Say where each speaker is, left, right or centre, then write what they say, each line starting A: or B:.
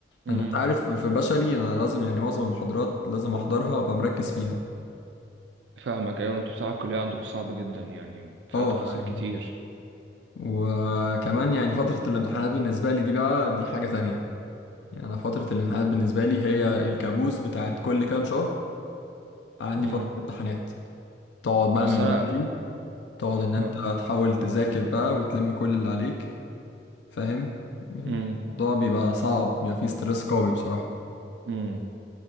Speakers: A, on the right (about 80°); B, on the left (about 75°).
A: امم
B: لان انت عارف في بشري انا لازم يعني معظم المحاضرات لازم احضرها وابقى مركز فيها
A: فاهمك ايوه انتوا بصراحة الكلية عندكم صعبة جدا يعني فيها
B: اه
A: تفاصيل
B: يعني
A: كتير
B: وكمان يعني فتره الامتحانات بالنسبه لي دي بقى دي حاجه تانية يعني أنا فترة الامتحانات بالنسبة لي هي الكابوس بتاعت كل كام شهر عندي
A: امم
B: فترة امتحانات تقعد بقى
A: اصل
B: من
A: انا
B: بدري تقعد إن أنت
A: اه
B: تحاول تذاكر بقى وتلم كل اللي عليك فاهم يعني
A: امم
B: الموضوع بيبقى صعب بيبقى فيه ستريس قوي بصراحة
A: امم